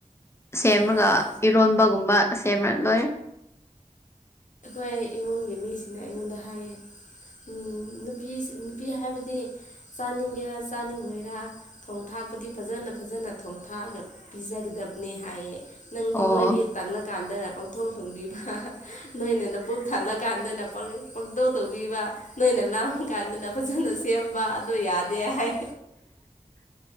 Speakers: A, on the left (about 20°); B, on the left (about 65°).
A: ꯁꯦꯝꯃꯒ
B: ꯎꯝ
A: ꯏꯔꯣꯟꯕꯒꯨꯝꯕ ꯑꯁꯦꯝꯃ ꯂꯣꯏꯔꯦ
B: ꯑꯩꯈꯣꯏ ꯏꯃꯨꯡꯒꯤ ꯃꯤꯁꯤꯡꯅ ꯑꯩꯉꯣꯟꯗ ꯍꯥꯏꯌꯦ ꯎ ꯅꯨꯄꯤ ꯅꯨꯄꯤ ꯍꯥꯏꯕꯗꯤ ꯆꯥꯅꯤꯡꯒꯦꯔꯥ ꯆꯥꯅꯤꯡꯉꯣꯏꯔꯥ ꯊꯣꯡ ꯊꯥꯛꯄꯗꯤ ꯐꯖꯅ ꯐꯖꯅ ꯊꯣꯡ ꯊꯥꯛꯑꯒ ꯄꯤꯖꯒꯗꯕ ꯅꯦ ꯍꯥꯏꯌꯦ ꯅꯪꯗꯤ
A: ꯑꯣ
B: ꯅꯣꯏꯗꯤ ꯇꯜꯂꯀꯥꯟꯗ ꯄꯪꯊꯣꯡ ꯊꯣꯡꯕꯤꯕ ꯑꯗꯨꯅ ꯄꯨꯛ ꯊꯜꯂ ꯀꯥꯟꯗꯅ ꯄꯪꯇꯧ ꯇꯧꯕꯤꯕ ꯅꯣꯏꯅ ꯂꯥꯃ ꯀꯥꯟꯗꯅ ꯐꯖꯅ ꯁꯦꯝ ꯃꯥꯗꯣ ꯌꯥꯗ ꯍꯥꯏ